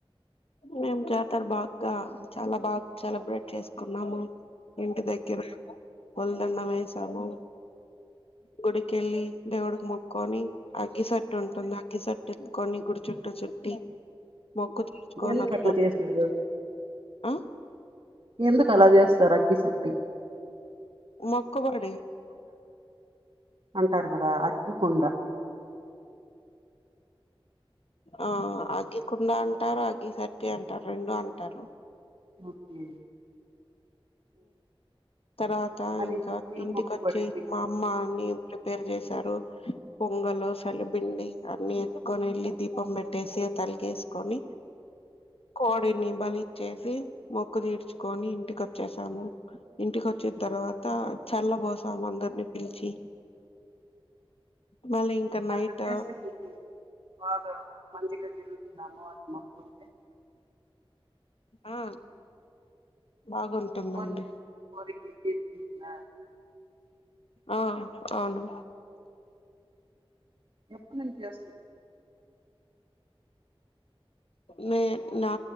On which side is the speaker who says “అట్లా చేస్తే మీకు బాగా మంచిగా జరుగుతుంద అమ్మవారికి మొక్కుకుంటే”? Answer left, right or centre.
Right